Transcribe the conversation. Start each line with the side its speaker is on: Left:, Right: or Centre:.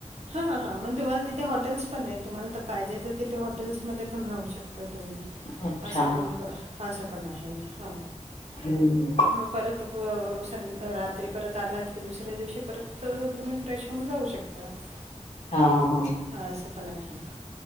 Right: हा हां मग तुम्हाला तिथे हॉटेल्स पण आहे, तुम्हाला तर पाहिजे तर तिथे हॉटेल्समध्ये पण राहू शकता. तुम्ही
Left: अच्छा
Right: असं पण करु असं पण आहे हो
Left: हम्म <unintelligible>
Right: मग परत सं रात्री परत आलात की दुसऱ्या दिवशी परत तुम्ही फ्रेश होऊन जाऊ शकतात.
Left: हा हा
Right: हा असं पण आहे,